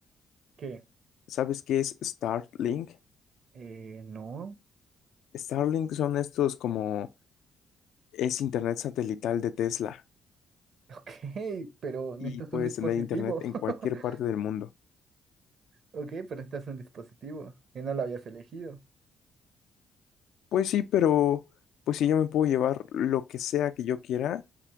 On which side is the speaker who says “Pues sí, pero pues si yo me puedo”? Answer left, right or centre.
Left